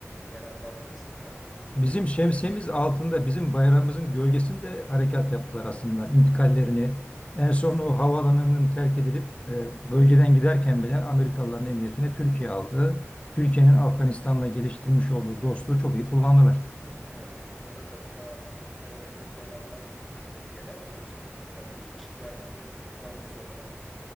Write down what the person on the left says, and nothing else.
Bizim şemsiyemiz altında bizim bayrağımızın gölgesinde harekat yaptılar aslında intikallerini. En son
o havaalanının terk edilip e, bölgeden giderken bile Amerikalıların emniyetini Türkiye aldı. Türkiye'nin Afganistan'la geliştirmiş olduğu dostluğu çok iyi kullandılar.